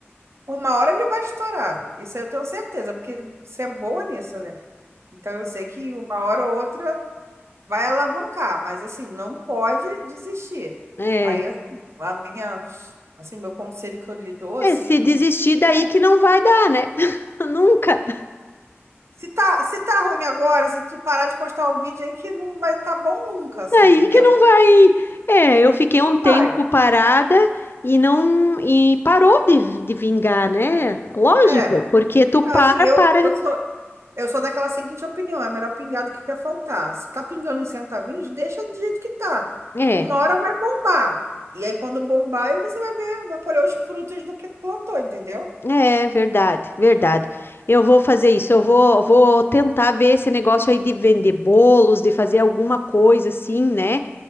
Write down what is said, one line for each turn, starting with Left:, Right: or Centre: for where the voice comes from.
Right: Uma hora ele vai estourar, isso eu tenho certeza, porque você é boa nisso, né? Então eu sei que uma hora ou outra. vai alavancar, mas assim, não pode desistir.
Left: É,
Right: Aí, assim, a minha, assim, meu conselho que eu lhe dou, assim,
Left: é, se
Right: né?
Left: desistir daí
Right: É,
Left: que não vai dar, né? <laughs> Nunca.
Right: Se tá, se tá ruim agora, se tu parar de postar o vídeo aí que não vai estar bom nunca, você
Left: Daí
Right: entendeu?
Left: que não vai. É, eu fiquei um
Right: Não
Left: tempo
Right: vai.
Left: parada e não e parou de, de vingar, né? Lógico,
Right: É.
Left: porque tu
Right: Então,
Left: para,
Right: assim, eu,
Left: para.
Right: eu sou, eu sou daquela seguinte opinião, é melhor pingar do que quer faltar. Se tá pingando em centavinhos, deixa do jeito que tá.
Left: É.
Right: Uma hora vai bombar. E aí, quando bombar, aí você vai ver, vai colher os frutos do que tu plantou, entendeu?
Left: É verdade, verdade. Eu vou fazer isso. Eu vou, vou tentar ver esse negócio aí de vender bolos, de fazer alguma coisa assim, né?